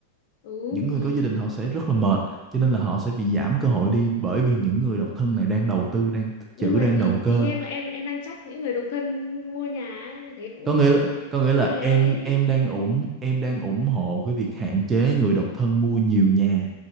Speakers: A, on the left (about 65°); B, on the right (about 20°).
A: ừ
B: những
A: thì
B: người có gia đình họ sẽ rất là mệt cho nên là họ sẽ bị giảm cơ hội đi bởi vì những người độc thân này đang đầu tư đang tích
A: nhưng
B: trữ
A: mà
B: đang
A: ý,
B: đầu
A: ý
B: cơ
A: em là em em đang trách những người độc thân mua nhà á, như thế cũng
B: có
A: hơi
B: nghĩa là, có nghĩa là
A: hơi ấy.
B: em em đang ủng em đang ủng hộ cái việc hạn chế người độc thân mua nhiều nhà